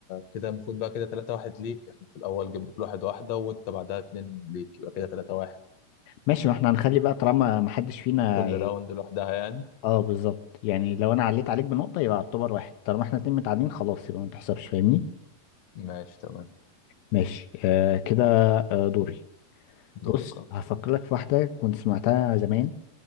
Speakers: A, on the left; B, on the left.
A: كده المفروض بقى كده 3 واحد ليك احنا في الاول جبنا كل واحد واحدة وانت بعدها اتنين ليك يبقى كده 3 واحد
B: ماشي ما احنا هنخلي بقى طالما ما حدش فينا
A: كل راوند لوحدها يعني
B: اه بالظبط يعني لو أنا عليت عليك بنقطة يبقى اعتبر واحد طالما احنا اتنين متعادلين خلاص يبقى ما تحسبش فاهمني
A: ماشي تمام
B: ماشي آه كده آه دوري
A: دورك
B: بص
A: أهو.
B: هفكر لك في واحدة كنت سمعتها زمان